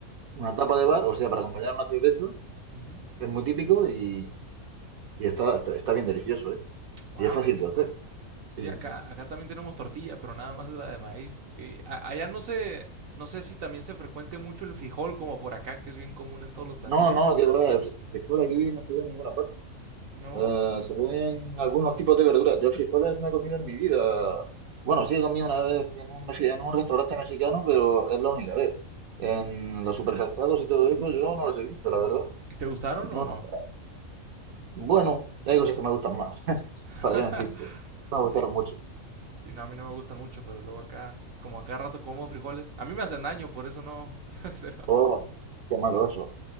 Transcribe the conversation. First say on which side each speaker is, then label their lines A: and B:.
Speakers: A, on the right; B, on the right.
A: una tapa de bar, o sea, para acompañar una cerveza,
B: Ujú.
A: es muy típico y, y está, está, está bien delicioso, ¿eh?
B: Wow.
A: Y es fácil de hacer.
B: Sí,
A: Sí, sí,
B: acá,
A: sí.
B: acá también tenemos tortilla, pero nada más es la de maíz. Y a- allá no sé, no sé si también se frecuente mucho el frijol como por acá, que es bien común en todos los platillos.
A: No, no, que va, se se aquí no se ve en ninguna parte.
B: ¿No?
A: Eh, se ven algunos tipos de verduras. Yo frijoles no he comido en mi vida. Bueno, sí he comido una vez en un, mexi- en un restaurante mexicano, pero es la única vez. En los supermercados y todo eso yo no los he visto, la verdad.
B: ¿Y te gustaron o
A: No, no.
B: no?
A: Bueno, hay cosas que me gustan más. <laughs>
B: <laughs>
A: ¿Para qué mentirte? Me gustaron
B: Sí,
A: mucho.
B: Sí, no, a mí no me gustan mucho, pero luego acá, como acá rato como frijoles. A mí me hacen daño, por eso no. <laughs> pero,
A: Oh, qué malo eso.